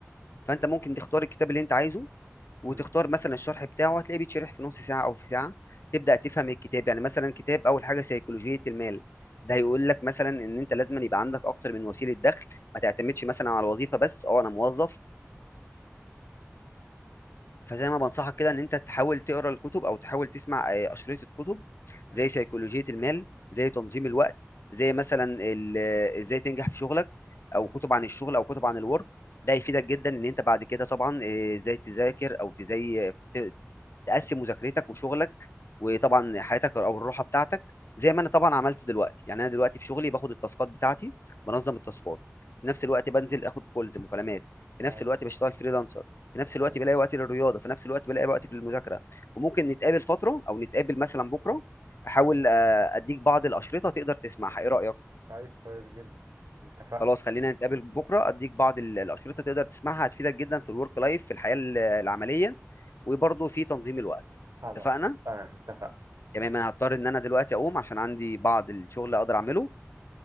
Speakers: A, on the left; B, on the right.
A: فانت ممكن تختار الكتاب اللي انت عايزه وتختار
B: امم
A: مثلا الشرح بتاعه هتلاقيه بيتشرح في نص ساعة او في ساعة تبدأ تفهم الكتاب يعني مثلا كتاب اول حاجة سيكولوجية المال ده هيقول
B: ايوه
A: لك مثلا ان انت لازم يبقى عندك اكتر من وسيله دخل ما تعتمدش مثلا على الوظيفه بس اه انا موظف فزي ما بنصحك كده ان انت تحاول تقرا الكتب او تحاول تسمع آه، اشرطه الكتب
B: امم
A: زي سيكولوجيه المال زي تنظيم الوقت زي مثلا ال- آه، ازاي تنجح في شغلك او
B: ايوه
A: كتب عن الشغل او كتب عن الورك ده هيفيدك جدا ان انت بعد كده طبعا آه، ازاي تذاكر او تزي ت- تقسم مذاكرتك وشغلك وطبعًا حياتك أو الراحة بتاعتك، زي ما أنا طبعًا عملت دلوقتي، يعني أنا دلوقتي في شغلي باخد التاسكات بتاعتي، بانظم التاسكات، في نفس الوقت بانزل آخد calls مكالمات، في نفس
B: ايوه
A: الوقت باشتغل freelancer، في نفس الوقت
B: ايوه
A: بالاقي وقت للرياضة، في نفس الوقت بالاقي وقت في المذاكرة، وممكن نتقابل فترة أو نتقابل مثلًا بكرة، أحاول
B: تمام
A: آآ أدّيك بعض الأشرطة تقدر تسمعها، إيه رأيك؟
B: طيب كويس جدا اتفقنا
A: خلاص خلّينا نتقابل بكرة أدّيك بعض ال الأشرطة تقدر تسمعها هتفيدك جدًا في الwork life في الحياة ال العملية، وبرضه في تنظيم الوقت،
B: خلاص
A: اتفقنا؟
B: تمام اتفقنا
A: تمام انا هضطر ان انا دلوقتي اقوم عشان عندي بعض الشغل اقدر اعمله